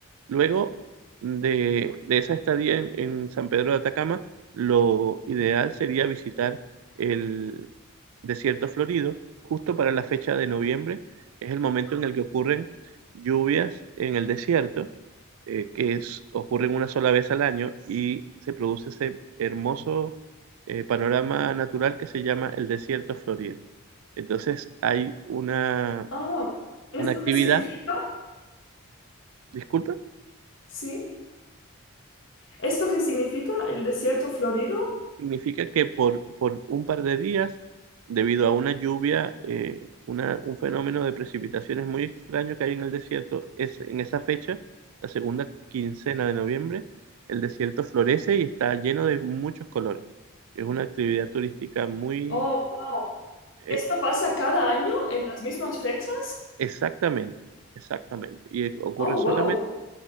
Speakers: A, on the right; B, on the left.
A: luego de, de esa estadía en, en San Pedro de Atacama, lo ideal sería visitar el desierto florido justo para la fecha de noviembre. Es el momento en el que ocurren lluvias en el desierto, eh, que es- ocurren una sola vez al año y se produce ese hermoso eh, panorama natural que se llama el desierto florido. Entonces hay una,
B: Ah, ¿esto
A: una actividad,
B: qué significa?
A: disculpe.
B: ¿Sí? ¿Esto qué significa? ¿El desierto florido?
A: significa que por, por un par de días, debido a una lluvia, eh, una- un fenómeno de precipitaciones muy extraño que hay en el desierto, es, en esa fecha, la segunda quincena de noviembre, el desierto florece y está lleno de muchos colores. Es una actividad turística muy...
B: Oh, wow.
A: eh,
B: ¿Esto pasa cada año en las mismas fechas?
A: exactamente, exactamente. Y ocurre
B: Oh,
A: solamente
B: wow.